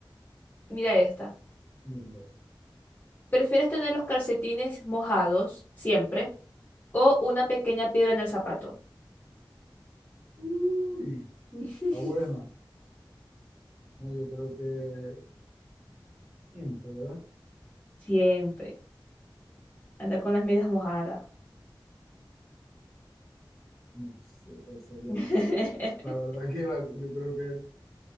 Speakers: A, on the left; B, in the centre.
A: Mira esta.
B: Bien, a ver.
A: ¿Prefieres tener los calcetines mojados siempre o una pequeña piedra en el zapato?
B: Uy,
A: <laughs>
B: está buena. No, yo creo que siempre, ¿verdad?
A: Siempre. Andar con las medias mojadas.
B: No sé cuál sería
A: <laughs>
B: más. La verdad que la- yo creo que